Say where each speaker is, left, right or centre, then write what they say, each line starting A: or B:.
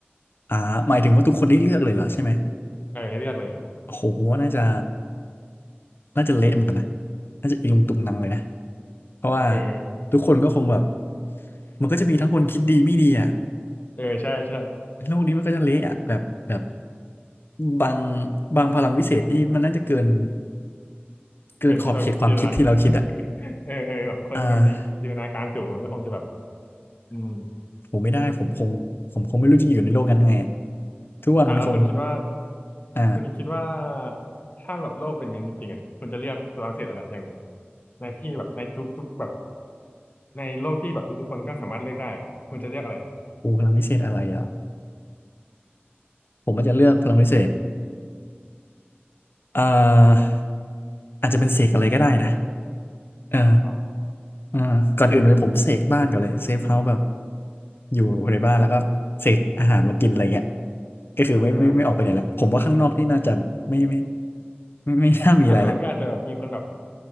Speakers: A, on the left (about 60°); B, on the left (about 40°).
A: อ่าหมายถึงว่าทุกคนได้เลือกเลยเหรอใช่ไหม
B: เออให้เลือกเลยอะ
A: โอ้โหผมว่าน่าจะน่าจะเละเหมือนกันนะน่าจะอีลุงตุงนังเลยนะเพราะว่า
B: เออ
A: ทุกคนก็คงแบบมันก็จะมีทั้งคนคิดดีไม่ดีอ่ะ
B: เออใช่ใช่
A: โลกนี้มันก็จะเละอ่ะแบบแบบบางบางพลังวิเศษนี่มันน่าจะเกิน เกินขอบเขตความคิดที่เราคิดอ่ะ
B: เกินที่เราจินตนา <laughs> เออเออแบบคนแบบจินตนาการสูงมันก็คงจะแบบ
A: อ่า
B: อืม
A: ผมไม่ได้ผมคงผมคงไม่รู้จะอยู่ในโลกนั้นยังไงอะทุกวันมันคง
B: อ่ะแล้วคุณคิดว่า
A: อ่า
B: คุณคิดว่าถ้าแบบโลกเป็นอย่างนั้นจริงๆอ่ะคุณจะเลือกฝรั่งเศสอะไรอย่างหนึ่งในที่แบบในทุกๆแบบในโลกที่แบบทุกๆคนก็สามารถเลือกได้อะคุณจะเลือกอะไร
A: โอ้พลังวิเศษอะไรอ่ะ ผมอาจจะเลือกพลังวิเศษอ่าอาจจะเป็นเสกอะไรก็ได้นะเออ
B: ต่อ
A: อ่าก่อนอื่นเลยผมเสกบ้านก่อนเลยเซฟเฮาส์แบบ
B: อืม
A: อยู่ในบ้านแล้วก็เสกอาหารมากินอะไรเงี้ยก็คือไม่ไม่ไม่ออกไปไหนละผมว่าข้างนอกนี่น่าจะไม่ไม่
B: อ่า
A: ไม่ไม่น่ามีอะไรละ
B: เอาตัวมันก็อาจจะแบบมีคนแบบ